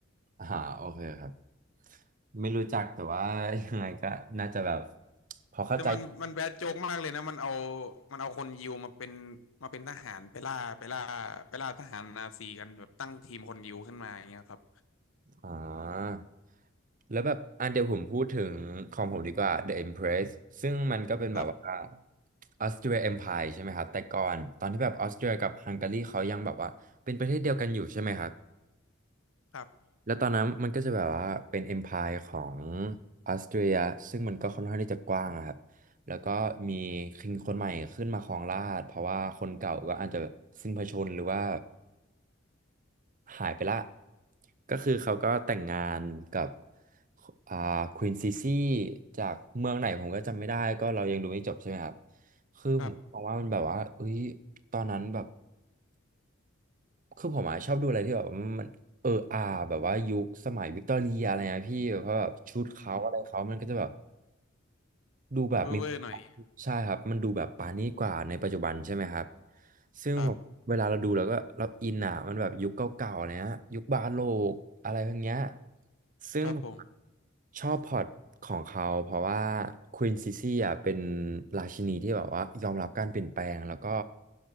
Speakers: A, on the right; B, on the left.
A: อ่าโอเคครับไม่รู้จักแต่ว่ายังไงก็น่าจะแบบพอเข้าใจ
B: แต่มันมันแบดโจ๊กมากเลยนะมันเอามันเอาคนยิวมาเป็นมาเป็นทหารไปล่าไปล่าไปล่าทหารนาซีกันแบบตั้งทีมคนยิวขึ้นมาอย่างเงี้ยครับ
A: อ่าแล้วแบบอ่ะเดี๋ยวผมพูดถึงของผมดีกว่า The Empress ซึ่งมันก็เป็นแบบว่า
B: ครับ
A: ออสเตรีย Empire ใช่ไหมครับ แต่ก่อนตอนที่แบบออสเตรียกับฮังการีเขายังแบบว่าเป็นประเทศเดียวกันอยู่ใช่ไหมครับ
B: ครับ
A: แล้วตอนนั้นมันก็จะแบบว่าเป็น Empire ของออสเตรียซึ่งมันก็ค่อนข้างที่จะกว้างอะครับ แล้วก็มีคิงคนใหม่ขึ้นมาครองราชย์เพราะว่าคนเก่าก็อาจจะสิ้นพระชนม์หรือว่า หายไปละก็คือเขาก็แต่งงานกับอ่าควีนซีซี่จากเมืองไหนผมก็จำไม่ได้ก็เรายังดูไม่จบใช่ไหมครับคือผมมองว่ามันแบบว่าเอ้ย
B: ครับ
A: ตอนนั้นแบบคือผมอะชอบดูอะไรที่แบบมันเอออาแบบว่ายุคสมัยวิกตอเรียอะไรนะพี่เพราะแบบชุดเขาอะไรเขามันก็จะแบบ
B: อืม
A: ดูแบบมี
B: เว่อร์ๆหน่อย
A: ใช่ครับ มันดูแบบปานี้กว่าในปัจจุบันใช่ไหมครับ ซึ่งผมเวลาเราดูแล้วก็เราอินอ่ะ
B: ครับ
A: มันแบบยุคเก่าๆเนี้ยยุคบาโลกอะไรพวกเนี้ยซึ่งผม
B: ครับผม
A: ชอบพล็อตของเขาเพราะว่าควีนซิซี่อ่ะเป็นราชินีที่แบบว่ายอมรับการเปลี่ยนแปลงแล้วก็